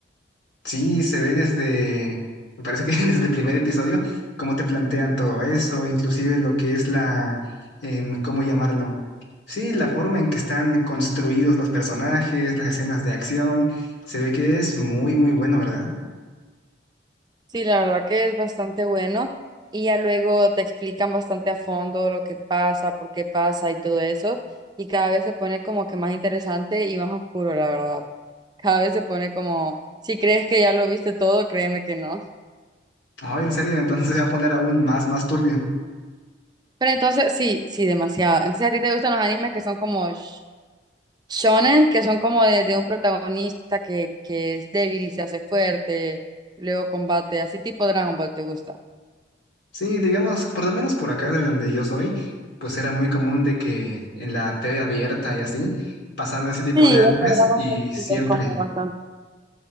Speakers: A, on the left; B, on the right.
A: sí, se ve desde, me parece que <laughs> desde el primer episodio, cómo te plantean todo eso, inclusive lo que es la, em, ¿cómo llamarlo? Sí, la forma en que están construidos los personajes, las escenas de acción, se ve que es muy, muy bueno, ¿verdad?
B: Sí, la verdad que es bastante bueno. Y ya luego te explican bastante a fondo lo que pasa, por qué pasa y todo eso. Y cada vez se pone como que más interesante y más oscuro, la verdad. Cada vez se pone como, si crees que ya lo viste todo, créeme que no.
A: Ah, en serio, <laughs> entonces se va a poner aún más, más turbio.
B: Pero entonces, sí, sí, demasiado. Entonces, ¿a ti te gustan los animes que son como sh- shonen, que son como de, de un protagonista que, que es débil y se hace fuerte, luego combate, así tipo Dragon Ball te gusta?
A: Sí, digamos, por lo menos por acá de donde yo soy, pues era muy común de que en la TV abierta y así pasaran ese tipo
B: Sí,
A: de animes
B: ese Dragon
A: y
B: Ball
A: siempre.
B: sí es como bastante.